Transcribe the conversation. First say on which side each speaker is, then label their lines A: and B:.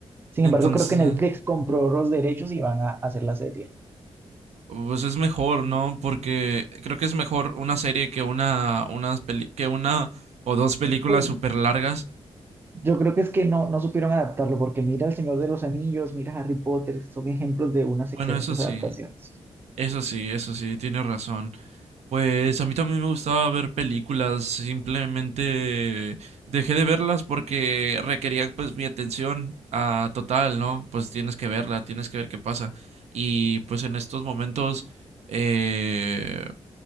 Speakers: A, on the right; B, on the right.
A: Sin
B: Entonces,
A: embargo, creo que Netflix compró los derechos y van a hacer la serie.
B: Pues es mejor, ¿no? Porque creo que es mejor una serie que una, unas peli- que una o dos películas
A: Pues
B: súper largas.
A: Yo creo que es que no, no supieron adaptarlo, porque mira El Señor de los Anillos, mira Harry Potter, son ejemplos de unas
B: Bueno,
A: excelentes
B: eso sí,
A: adaptaciones.
B: eso sí, eso sí, tienes razón. Pues a mí también me gustaba ver películas, simplemente dejé de verlas porque requería pues mi atención a total, ¿no? Pues tienes que verla, tienes que ver qué pasa. Y pues en estos momentos, eh,